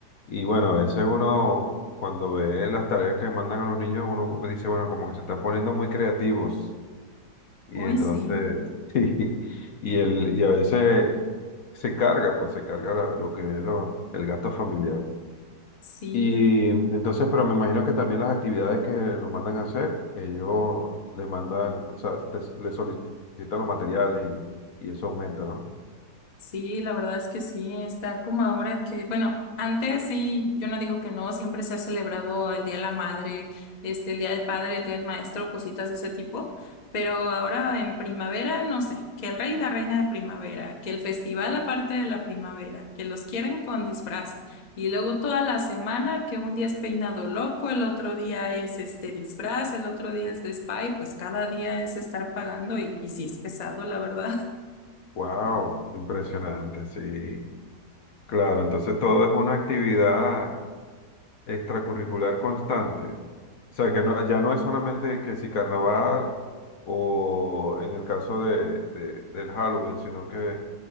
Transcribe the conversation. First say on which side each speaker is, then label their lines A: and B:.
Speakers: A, on the left (about 60°); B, on the left (about 35°).
A: Y bueno, a veces uno, cuando ve las tareas que mandan a los niños, uno como dice, bueno, como que se están poniendo muy creativos Y
B: Uy,
A: entonces,
B: sí,
A: <laughs> sí, y, el, y a veces se carga, pues se carga la- lo que es lo- el gasto familiar.
B: sí,
A: Y entonces, pero me imagino que también las actividades que lo mandan a hacer, ellos le mandan, o sea, te- le solicitan los materiales y, y eso aumenta, ¿no?
B: Sí, la verdad es que sí, está como ahora que, bueno, antes sí, yo no digo que no, siempre se ha celebrado el Día de la Madre, este, el Día del Padre, el Día del Maestro, cositas de ese tipo, pero ahora en primavera, no sé, que el rey y la reina de primavera, que el festival aparte de la primavera, que los quieren con disfraz, y luego toda la semana que un día es peinado loco, el otro día es este disfraz, el otro día es de spa, y pues cada día es estar pagando y, y sí es pesado, la verdad.
A: ¡Wow! Impresionante, sí. Claro, entonces todo es una actividad extracurricular constante. O sea, que no, ya no es solamente que si carnaval o en el caso de, de- del Halloween, sino que